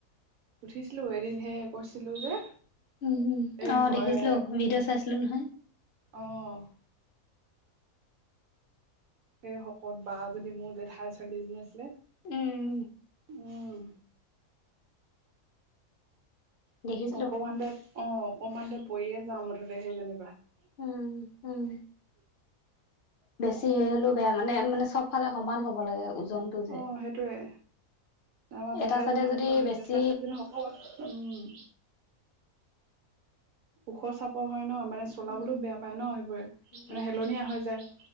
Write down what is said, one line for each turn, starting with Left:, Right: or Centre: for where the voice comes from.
Right: উঠিছিলো, এদিন হে কৈছিলো যে।
Left: উম, উম,
Right: এ
Left: অ',
Right: হয়
Left: দেখিছিলো ভিডিঅ' চাইছিলো নহয়।
Right: অ'। সেই শকত বা এজনী মোৰ জেঠাই ছোৱালীজনী আছিলে,
Left: উম
Right: উম।
Left: দেখিছিলো
Right: অকমানতে অ', অকমানতে পৰিয়ে যাও মুঠতে সেইজনিপা।
Left: উম, উম। বেছি হেৰি হলেও বেয়া মানে, মানে চবফালে সমান হ'ব লাগে। ওজনটো যে।
Right: অ', সেইটোৱে। আমাৰ জেঠাইজনী
Left: এটা চাইডে যদি বেছি
Right: জেঠাইৰ ছোৱালীজনী শকত উম, ওখ চাপৰ হয় ন। মানে চলাবলৈও
Left: উম
Right: বেয়া পায় ন সেইবোৰে, মানে
Left: উম
Right: হেলনীয়া হৈ যায়